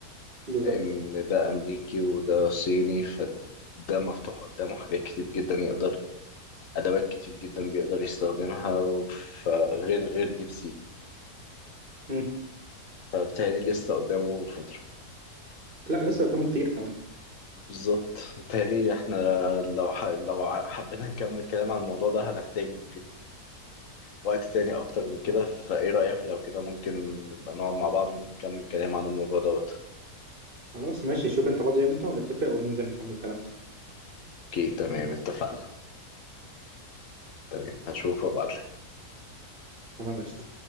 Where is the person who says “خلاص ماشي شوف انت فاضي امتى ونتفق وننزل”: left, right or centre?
Right